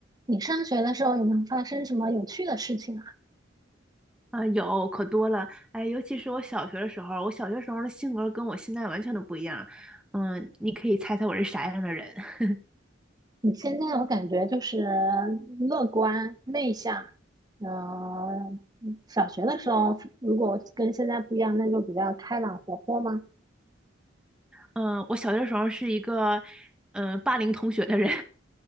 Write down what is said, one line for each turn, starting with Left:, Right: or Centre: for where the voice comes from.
Right: 你上学的时候有没有发生什么有趣的事情啊？
Centre: 啊，有可多了，哎，尤其是我小学的时候，我小学时候的性格跟我现在完全都不一样。嗯，你可以猜猜我是啥样的人？<laughs>
Right: 你现在我感觉就是乐观内向，呃，小学的时候如果跟现在不一样，那就比较开朗活泼吗？
Centre: 嗯，我小学的时候是一个，嗯、霸凌同学的人。